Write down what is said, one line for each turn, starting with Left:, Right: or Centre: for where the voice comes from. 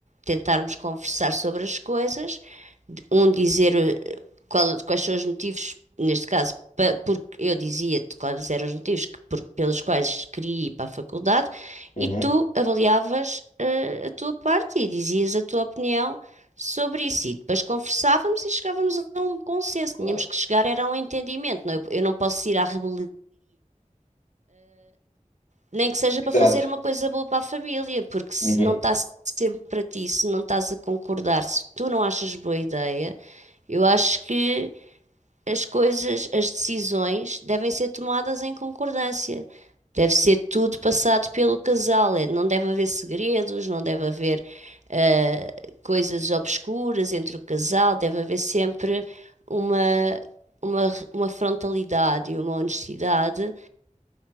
Right: tentarmos conversar sobre as coisas, um dizer eh, qual- quais são os motivos, neste caso, pa- porque eu dizia-te quais eram os motivos que- por- pelos quais queria ir para a faculdade,
Left: Uhum.
Right: e tu avaliavas eh, a tua parte e dizias a tua opinião sobre isso. E depois conversávamos e chegávamos a um consenso.
Left: Claro.
Right: Tínhamos que chegar era a um entendimento. Não, eu, eu não posso ir à rebeldia nem que seja
Left: Exato.
Right: para fazer uma coisa boa para a família, porque se
Left: Uhum.
Right: não está sempre para ti, se não estás a concordar, se tu não achas boa ideia, eu acho que as coisas, as decisões devem ser tomadas em concordância. Deve ser tudo passado pelo casal. é, Não deve haver segredos, não deve haver eh, coisas obscuras entre o casal, deve haver sempre uma, uma, uma frontalidade e uma honestidade